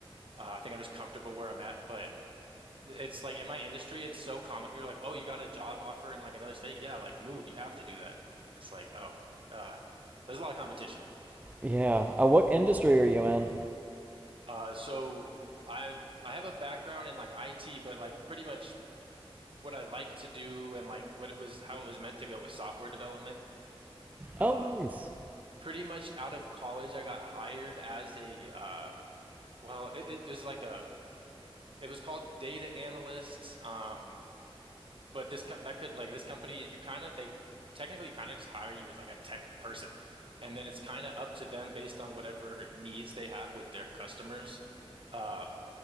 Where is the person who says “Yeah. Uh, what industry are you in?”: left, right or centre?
Right